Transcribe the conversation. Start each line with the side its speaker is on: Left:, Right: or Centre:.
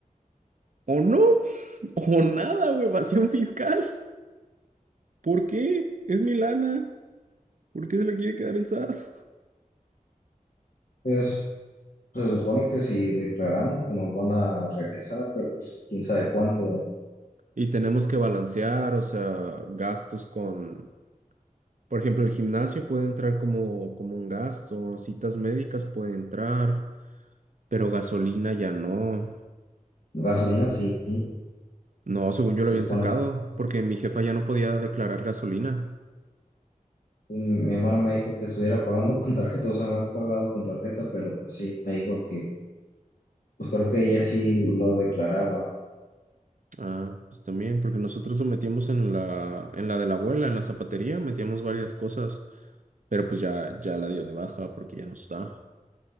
Right: O no, <laughs> o nada, o evasión fiscal. ¿Por qué? Es mi lana. ¿Por qué se la quiere quedar el SAT? <laughs>
Left: Pues Se supone que si declaramos, pues nos van a regresar, pero pues quién sabe cuánto.
Right: Y tenemos que balancear, o sea, gastos con, por ejemplo, el gimnasio puede entrar como, como un gasto, citas médicas puede entrar, pero gasolina ya no.
Left: Gasolina sí,
Right: No, según yo lo
Left: se
Right: habían
Left: supone.
Right: sacado, porque mi jefa ya no podía declarar gasolina.
Left: Pues, Mi mi hermano me dijo que estuviera pagando con tarjeta, o sea, no he pagado con tarjeta, pero pues sí, me dijo que, pues creo que ella sí lo declaraba.
Right: Ah, pues también, porque nosotros lo metíamos en la, en la de la abuela, en la zapatería, metíamos varias cosas, pero pues ya, ya la dio de baja porque ya no está.